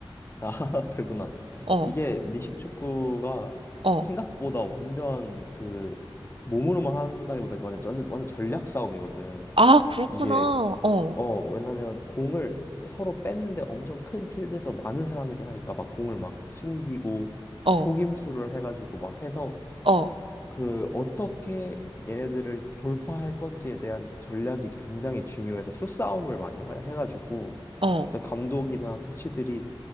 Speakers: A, on the left; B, on the right.
A: 아 <laughs> 그러구나.
B: 어,
A: 이게 미식 축구가
B: 어.
A: 생각보다 완전 그 몸으로만 한다기보다 완전 완전 완전 전략 싸움이거든.
B: 아, 그렇구나.
A: 이게
B: 어,
A: 어, 왜냐면 공을 서로 뺐는데 엄청 큰 필드에서 많은 사람들이 하니까 막 공을 막 숨기고
B: 어,
A: 속임수를 해가지고 막 해서
B: 어,
A: 그 어떻게 얘네들을 돌파할 건지에 대한 전략이 굉장히 중요해서 수싸움을 많이 하- 해가지고
B: 어,
A: 그래서 감독이나 코치들이